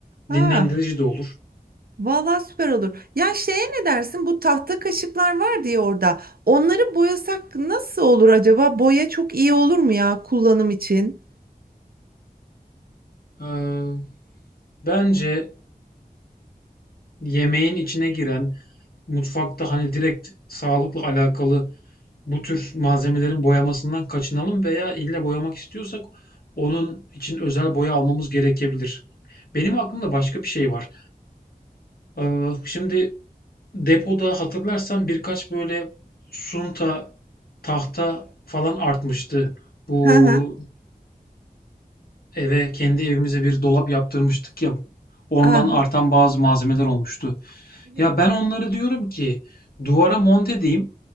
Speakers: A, on the right; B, on the left.
A: Aa.
B: dinlendirici de olur.
A: Vallahi süper olur. Ya şeye ne dersin? Bu tahta kaşıklar var diye orada. Onları boyasak nasıl olur acaba? Boya çok iyi olur mu ya kullanım için?
B: Ee, bence yemeğin içine giren mutfakta hani direkt sağlıkla alakalı bu tür malzemelerin boyamasından kaçınalım veya illa boyamak istiyorsak onun için özel boya almamız gerekebilir. Benim aklımda başka bir şey var. Ee, Şimdi depoda hatırlarsan birkaç böyle sunta, tahta falan artmıştı. Bu
A: Hı hı.
B: eve kendi evimize bir dolap yaptırmıştık ya. Ondan
A: Ah.
B: artan bazı malzemeler olmuştu.
A: Evet.
B: Ya ben onları diyorum ki duvara monte edeyim.